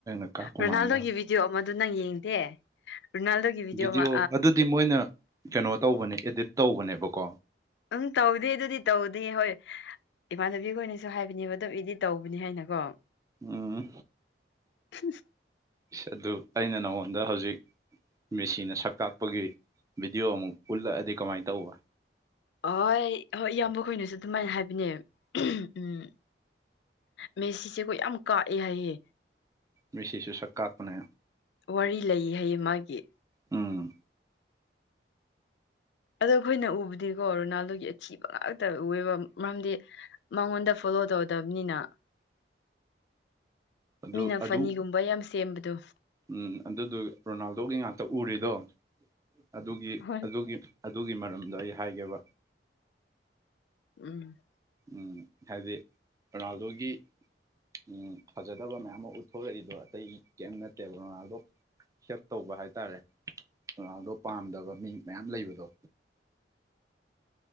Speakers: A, on the right; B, on the left.
A: ꯀꯥꯛꯄ
B: ꯔꯣꯅꯥꯜꯗꯣꯒꯤ
A: ꯃꯥꯟꯕ
B: ꯚꯤꯗ꯭ꯌꯣ ꯑꯃꯗꯨ ꯅꯪ ꯌꯦꯡꯗꯦ ꯔꯣꯅꯥꯜꯗꯣꯒꯤ ꯚꯤꯗꯤꯑꯣ
A: ꯚꯤꯗ꯭ꯌꯣ
B: ꯑꯃ
A: ꯑꯗꯨꯗꯤ ꯃꯣꯏꯅ ꯀꯅꯣ ꯇꯧꯕꯅꯦ ꯏꯗꯤꯠ ꯇꯧꯕꯅꯦꯕꯀꯣ
B: ꯎꯝ ꯇꯧꯗꯦ ꯑꯗꯨꯗꯤ ꯇꯧꯗꯦ ꯍꯣꯏ ꯏꯃꯥꯟꯅꯕꯤ ꯈꯣꯏꯅꯁꯨ ꯍꯥꯏꯕꯅꯦꯕ ꯇꯣ ꯏꯗꯤꯠ ꯇꯧꯕꯅꯤ ꯍꯥꯏꯅꯀꯣ
A: ꯎꯝ
B: <unintelligible>
A: ꯏ꯭ꯁ ꯑꯗꯨ ꯑꯩꯅ ꯅꯉꯣꯟꯗ ꯍꯧꯖꯤꯛ ꯃꯦꯁꯤꯅ ꯁꯛ ꯀꯥꯛꯄꯒꯤ ꯚꯤꯗ꯭ꯌꯣ ꯑꯃꯨꯛ ꯎꯠꯂꯛꯑꯗꯤ ꯀꯃꯥꯏ ꯇꯧꯕ
B: ꯍꯣꯏ ꯍꯣꯏ ꯏꯌꯥꯝꯕ ꯈꯣꯏꯅꯁꯨ ꯑꯗꯨꯃꯥꯏꯟ ꯍꯥꯏꯕꯅꯦ ꯎꯝ ꯃꯦꯁꯤꯁꯦꯀꯣ ꯌꯥꯝ ꯀꯥꯛꯑꯦ ꯍꯥꯏꯌꯦ
A: ꯃꯦꯁꯤꯁꯨꯨ ꯁꯛ ꯀꯥꯛꯄꯅꯦ
B: ꯋꯥꯔꯤ ꯂꯩ ꯍꯥꯏꯌꯦ ꯃꯥꯒꯤ
A: ꯎꯝ
B: ꯑꯗꯣ ꯑꯈꯣꯏꯅ ꯎꯕꯗꯤꯀꯣ ꯔꯣꯅꯥꯜꯗꯣꯒꯤ ꯑꯊꯤꯕ ꯉꯥꯛꯇ ꯎꯑꯦꯕ ꯃꯔꯝꯗꯤ ꯃꯉꯣꯟꯗ ꯐꯣꯠ ꯗꯣ ꯇꯧꯗꯝꯅꯤꯅ
A: ꯑꯗꯨ
B: ꯃꯤꯅ
A: ꯑꯗꯨ
B: ꯐꯅꯤꯒꯨꯝꯕ ꯌꯥꯝ ꯁꯦꯝꯕꯗꯨ
A: ꯎꯝ ꯑꯗꯨꯗꯨ ꯔꯣꯅꯥꯜꯗꯣꯒꯤ ꯉꯥꯛꯇ ꯎꯔꯤꯗꯣ ꯑꯗꯨꯒꯤ
B: ꯍꯣꯏ
A: ꯑꯗꯨꯒꯤ ꯑꯗꯨꯒꯤ ꯃꯔꯝꯗꯣ ꯑꯩ ꯍꯥꯏꯒꯦꯕ
B: ꯎꯝ
A: ꯎꯝ ꯍꯥꯏꯗꯤ ꯔꯣꯅꯥꯜꯗꯣꯒꯤ ꯎꯝ ꯐꯖꯗꯕ ꯃꯌꯥꯝꯃ ꯎꯠꯊꯣꯔꯛꯏꯗꯣ ꯑꯇꯩꯒꯤ ꯀꯩꯝ ꯅꯠꯇꯦꯕ ꯔꯣꯅꯥꯜꯗꯣ ꯍꯦꯠ ꯇꯧꯕ ꯍꯥꯏꯇꯥꯔꯦ ꯔꯣꯅꯥꯜꯗꯣ ꯄꯥꯝꯗꯕ ꯃꯤ ꯃꯌꯥꯝ ꯂꯩꯕꯗꯣ